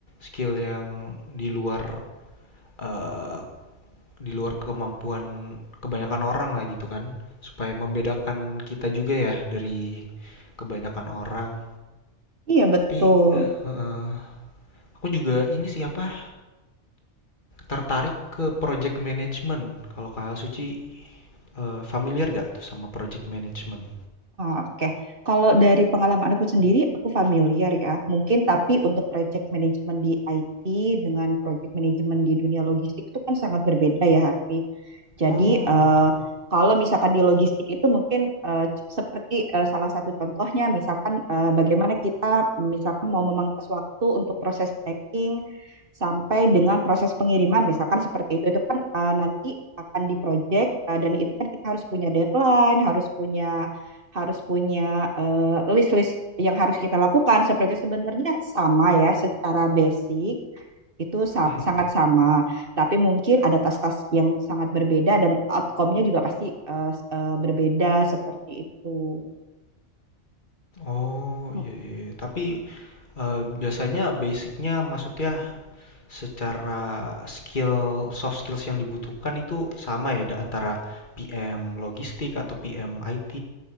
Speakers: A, on the left; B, on the right.
A: skill yang di luar eh, di luar kemampuan kebanyakan orang lah gitu kan supaya membedakan kita juga ya dari kebanyakan orang
B: Iya betul.
A: tapi eh, aku juga ini siapa tertarik ke project management kalau Kak Suci eh, familiar gak tuh sama project management
B: Oke, Kalau dari pengalaman aku sendiri, aku familiar ya. Mungkin tapi untuk project management di IT dengan project management di dunia logistik itu kan sangat berbeda ya, Harvey. Jadi
A: oh
B: eh,
A: gitu
B: kalau misalkan di logistik itu mungkin eh, seperti eh, salah satu contohnya, misalkan eh, bagaimana kita misalkan mau memangkas waktu untuk proses packing sampai dengan proses pengiriman, misalkan seperti itu. Itu kan eh, nanti akan di project eh, dan itu kan kita harus punya deadline, harus punya harus punya eh, list-list yang harus kita lakukan. Seperti sebenarnya sama ya, secara basic itu sa-
A: Mm.
B: sangat sama, tapi mungkin ada tas-tas yang sangat berbeda dan outcome-nya juga pasti eh, s- eh, berbeda seperti itu.
A: oh
B: Mm,
A: iya, iya. tapi eh, biasanya basicnya maksudnya secara skill soft skills yang dibutuhkan itu sama ya da- antara PM logistik atau PM IT